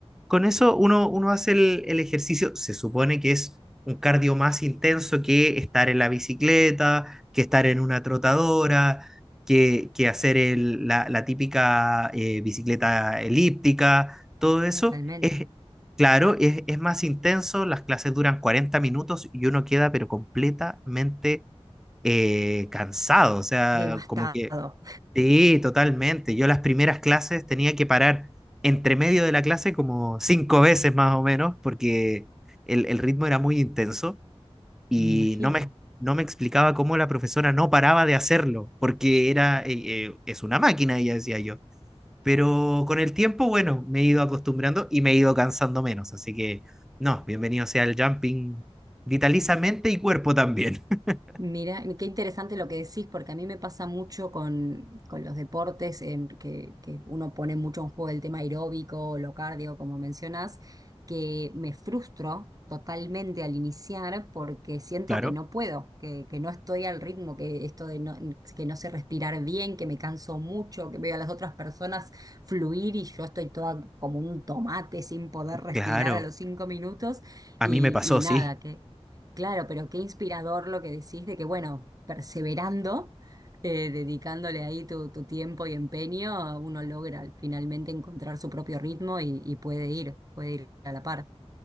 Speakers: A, in the centre; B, on the right.
A: con eso uno, uno hace el, el ejercicio, se supone que es un cardio más intenso que estar en la bicicleta, que estar en una trotadora, que, que hacer el- la, la típica eh, bicicleta elíptica, todo eso
B: totalmente.
A: es, claro, es, es más intenso, las clases duran 40 minutos y uno queda pero completamente eh, cansado, o sea,
B: Devastado,
A: como que Sí, totalmente. Yo las primeras clases tenía que parar entre medio de la clase como cinco veces más o menos, porque el, el ritmo era muy intenso
B: <laughs>
A: y
B: me imagino.
A: no me, no me explicaba cómo la profesora no paraba de hacerlo, porque era, eh, eh, es una máquina, ella decía yo. Pero con el tiempo, bueno, me he ido acostumbrando y me he ido cansando menos. Así que, no, bienvenido sea el jumping vitalizamente y cuerpo también. <laughs>
B: Mira, qué interesante lo que decís, porque a mí me pasa mucho con, con los deportes en que, que uno pone mucho en juego el tema aeróbico o lo cardio, como mencionás, que me frustro totalmente al iniciar porque siento
A: Claro,
B: que no puedo, que, que no estoy al ritmo, que esto de no, que no sé respirar bien, que me canso mucho, que veo a las otras personas fluir y yo estoy toda como un tomate sin poder respirar
A: claro.
B: a los cinco minutos
A: A
B: y,
A: mí me pasó,
B: y nada,
A: sí.
B: Claro, pero qué inspirador lo que decís de que, bueno, perseverando, eh, dedicándole ahí tu, tu tiempo y empeño, uno logra finalmente encontrar su propio ritmo y, y puede ir, puede ir a la par.